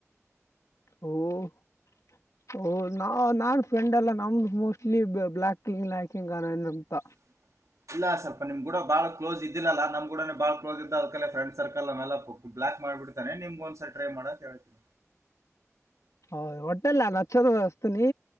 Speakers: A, on the left; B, on the right.
A: ಓ ಹೊ ಓ ನಾ ನಾನ್ ಫ್ರೆಂಡ್ ಎಲ್ಲ ನಮ್ದು ಮೋಸ್ಟ್ಲಿ ಬ್ಲಾಕ್ ಯಾಕಿಂಗ್ ಏನಂತ
B: <unintelligible> ಇಲ್ಲ ಸ್ವಲ್ಪ ನಿಮ್ ಗುಡ ಬಾಳ ಕ್ಲೋಸ್ ಇದ್ದಿಲ್ಲಲ್ಲ ನಮ್ ಗುಡನೆ ಬಾಳ ಕ್ಲೋಸ್ ಇದ್ದ ಅದಕಲೇ ಫ್ರೆಂಡ್ ಸರ್ಕಲ್ ಅವನೆಲ್ಲ ಬ್ಲಾಕ್ ಮಾಡ್ಬಿಡ್ತಾನೆ ನಿಮ್ಗ ಒಂದ್ಸಲ ಟ್ರೈ ಮಾಡ ಅಂತ ಹೇಳಿದ್ನೆ
A: ಹೌದ ಹೊಟ್ಟನಲ್ಲಿ ನಾನ ಹಚ್ಚದ ಹಸ್ತನಿ